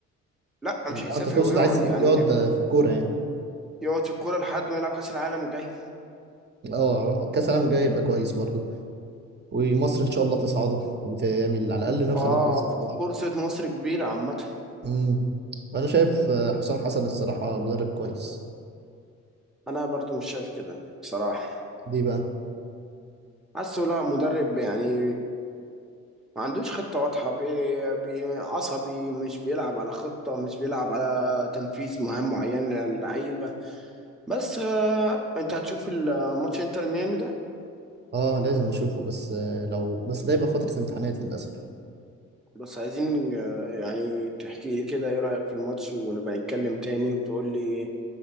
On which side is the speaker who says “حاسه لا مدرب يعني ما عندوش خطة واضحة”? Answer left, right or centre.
Centre